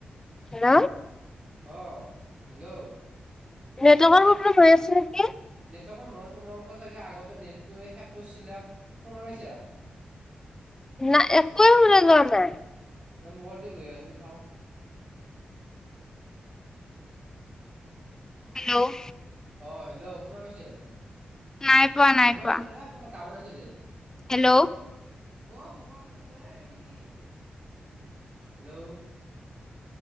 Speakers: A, on the left; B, on the right.
A: হেল্ল'।
B: অ', হেল্ল'।
A: নেটৱৰ্কৰ প্ৰব্লেম হৈ আছে নেকি।
B: নেটৱৰ্কৰ নহয় তোমালোকৰ চাগে আগতে নেটটোৱে শেষ কৰিছিলা। শুনা পাইছা? <inaudible>
A: নাই, একোৱে শুনা পোৱা নাই।
B: এ, মোবাইলটো লৈ আহচোন চাওঁ।
A: হেল্ল'।
B: অ', হেল্ল' শুনা পাইছে?
A: নাই পোৱা নাই
B: মোবাইলটো
A: পোৱা
B: লৈ আহ সোনকালে, টাওৱাৰ আছে দে।
A: হেল্ল'।
B: অ', মোবাইলটো লৈ আহ এইপিনে। হেল্ল'।